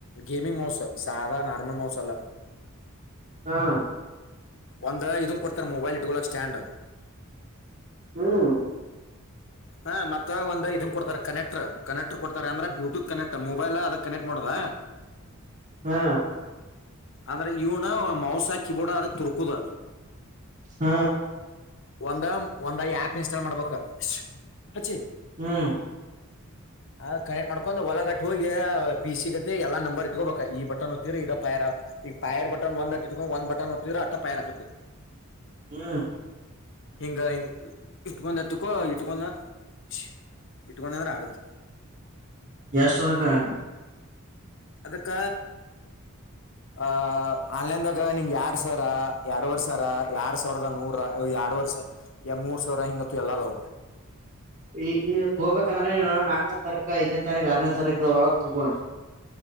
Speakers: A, on the left (about 60°); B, on the right (about 35°).
A: ಗೇಮಿಂಗ್ ಮೌಸ್ ಸಾರಾ ನಾರ್ಮಲ್ ಮೌಸ್ ಅಲ್ಲ
B: ಹಾ
A: ಒಂದ್ ಇದನ್ ಕೊಡ್ತಾರ ಮೊಬೈಲ್ ಇಟ್ಕೊಳಕ್ ಸ್ಟ್ಯಾಂಡ್
B: ಹ್ಮ್
A: ಹ ಮತ್ತ ಒಂದ ಇದನ್ ಕೊಡ್ತಾರೆ ಕನೆಕ್ಟ್ರ್ ಕನೆಕ್ರ್ ಕೊಡ್ತಾರೆ ಅಂದ್ರ ಬ್ಲೂಟೂತ್ ಕನೆಕ್ಟ್ ಮೊಬೈಲ್ ಅದಕ್ ಕನೆಕ್ಟ್ ಮಾಡೋದ
B: ಹಾ
A: ಅಂದ್ರೆ ಇವನು ಮೌಸ್ ಆಕೆ ಕೀಬೋರ್ಡ್ ಬೋರ್ಡ್ ಆದದ ತುರ್ಕುದು
B: ಪ್ಚ್ ಹ
A: ಒಂದ ಒಂದ ಆಪ್ ಇನ್ಸ್ಟಾಲ್ ಮಾಡ್ಬೇಕು ಶೋ ಹಚ್ಚಿ
B: ಹು
A: ಅ ಕನೆಕ್ಟ್ ಮಾಡ್ಕೊಂಡ್ ಒಳಗ ಟುಗೆ ಪಿ ಸಿ ಗತೆ ಎಲ್ಲ ನಂಬರ್ ಇಟ್ಕೋಬೇಕ ಈ ಬಟನ್ ಒತ್ತಿರ ಇದ ಪೈಯರ್ ಈಗ ಪಾಯರ್ ಬಟನ್ ಒಂದ ಕಿತ್ಕೊಂಡ್ ಒಂದ ಬಟನ್ ಒತ್ತಿದ್ರ ಅಟ್ಟ ಪಯರ್ ಆಕೇತಿ
B: ಹು
A: ಹಿಂಗ ಅ ಇಟ್ಕೊಂದಂತತಿಕ್ಕೊ ಇಟ್ಕೊಂಡ ಶೋ ಇಟ್ಕೊಂಡಂದ್ರ ಆಗತ
B: ಎಶ ಒಳಗ ಹೇಳ್ಯಾರ
A: ಅದಕ್ಕ ಆಹ ಆನ್ಲೈನ್ದಾಗ ನಿಂಗ ಯ್ಯಾಡಸಾವಿರಾ ಎರಡುವರಿ ಸಾವಿರಾ ಎರಡ್ ಸಾವಿರದ ನೂರ ಎರಡು ವರ್ಷ ಮೂರ್ ಸಾವಿರ ಹಿಂಗತ್ತು ಎಲಲ್ಲಾ ಅದಾವ
B: <unintelligible> ಈ ಈಗ ಹೋಗಬೇಕಾದ್ರ ನಾಲ್ಕನೇ ತಾರೀಕ ಐನೇ ತಾರೀಕ ಆರನೇ ತಾರೀಕ ಒಳಗ್ ತಗೋ ಅನ್ನ